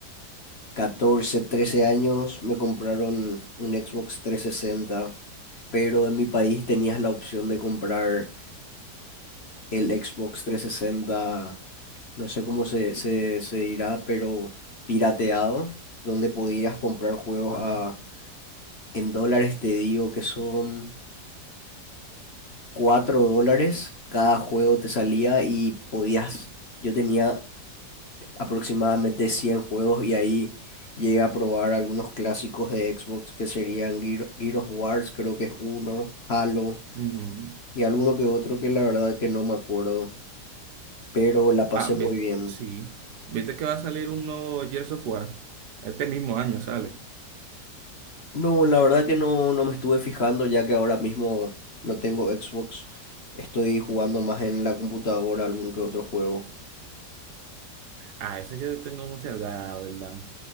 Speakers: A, on the left; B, on the right.
A: 14, 13 años, me compraron un Xbox trescientos sesenta. pero en mi país tenías la opción de comprar el Xbox trescientos sesenta. no sé cómo se, se, se dirá, pero pirateado, donde podías comprar juegos
B: Ajá.
A: a, en dólares, te digo que son cuatro dólares, cada juego te salía y podías, yo tenía aproximadamente cien juegos y ahí llegué a probar algunos clásicos de Xbox que serían Gear- Gears of Wars, creo que es uno, Halo
B: Ujú.
A: y alguno que otro que la verdad que no me acuerdo, pero la pasé
B: Ah, ves-
A: muy bien.
B: sí. ¿Viste que va a salir un nuevo Gears of War? Este mismo año sale.
A: No, la verdad que no, no me estuve fijando ya que ahora mismo no tengo Xbox, estoy jugando más en la computadora algún que otro juego.
B: Ah, eso yo tengo muchas ganas, la ¿verdad?